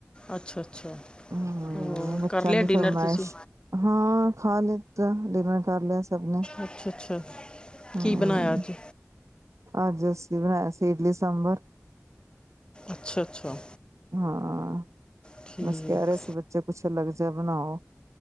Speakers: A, on the left; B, on the right.
A: ਅੱਛਾ ਅੱਛਾ
B: ਹਾਂਜੀ,
A: ਹੋਰ
B: ਹੂੰ ਬੱਚਿਆਂ
A: ਕਰ ਲਿਆ
B: ਦੀ
A: ਡਿਨਰ
B: ਫਰਮਾਇਸ਼।
A: ਤੁਸੀਂ
B: ਹਾਂ ਖਾ ਲਿਤਾ ਡਿਨਰ ਕਰ ਲਿਆ ਸਭ ਨੇ
A: ਅੱਛਾ-ਅੱਛਾ,
B: ਹਮ
A: ਕੀ ਬਨਾਇਆ ਅੱਜ
B: ਅੱਜ ਅਸੀ ਬਨਾਇਆ ਸੀ ਇਡਲੀ ਸਾਂਬਰ।
A: ਅੱਛਾ-ਅੱਛਾ
B: ਹਾਂ
A: ਠੀਕ
B: ਬਸ ਕਹਿ ਰਹੇ ਸੀ ਬੱਚੇ ਕੁਛ ਅਲੱਗ ਜਾ ਬਨਾਓ।